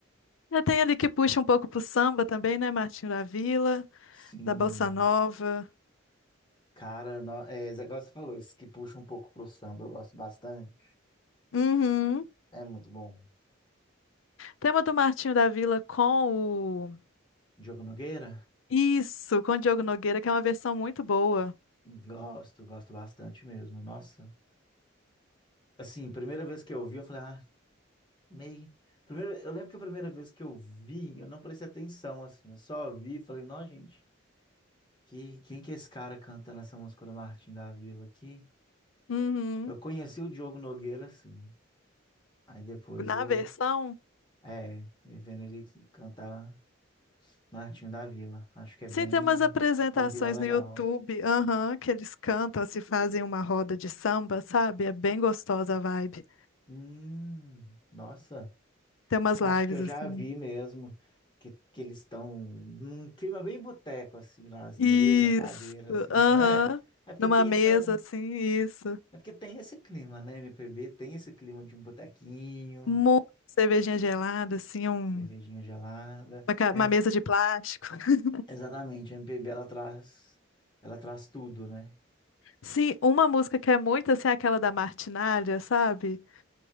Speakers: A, on the left; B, on the left.
A: Já tem ali que puxa um pouco pro samba também, né? Martinho da Vila,
B: sim.
A: da Bossa Nova.
B: Cara, no... é, esse negócio que você falou, esse que puxa um pouco pro samba, eu gosto bastante.
A: Uhum.
B: É muito bom.
A: Tem uma do Martinho da Vila com o.
B: Diogo Nogueira?
A: Isso, com o Diogo Nogueira, que é uma versão muito boa.
B: Gosto, gosto bastante mesmo. Nossa. Assim, primeira vez que eu ouvi, eu falei, ah. Meio. Primeiro, eu lembro que a primeira vez que eu vi, eu não prestei atenção, assim. Eu só vi e falei, não, gente, que, quem que é esse cara cantando essa música do Martim da Vila aqui?
A: Uhum.
B: Eu conheci o Diogo Nogueira, assim. Aí depois
A: Na
B: eu,
A: versão.
B: é, vendo ele cantar Martinho da Vila. Acho que é
A: Sim,
B: bem,
A: tem umas apresentações
B: combina legal.
A: no YouTube, aham, que eles cantam, assim, fazem uma roda de samba, sabe? É bem gostosa a vibe.
B: Hum, nossa.
A: Tem umas
B: Acho
A: lives
B: que eu
A: assim.
B: já vi mesmo que, que eles estão num clima bem boteco, assim, nas
A: Isso,
B: mesas, cadeira, assim,
A: aham.
B: não é? É porque
A: Numa
B: tem
A: mesa,
B: essa.
A: assim, isso.
B: É porque tem esse clima, né? MPB tem esse clima de um botequinho,
A: Muita cervejinha gelada, assim, um-
B: cervejinha gelada.
A: uma, ca-
B: É,
A: uma mesa de plástico. <laughs>
B: exatamente, a MPB ela traz, ela traz tudo, né?
A: Sim, uma música que é muito, assim, aquela da Martinália, sabe?